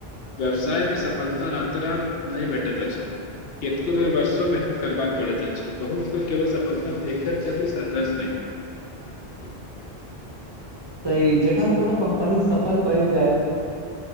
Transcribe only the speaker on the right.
सही जखन कोनो कम्पनी सफल भए जायइत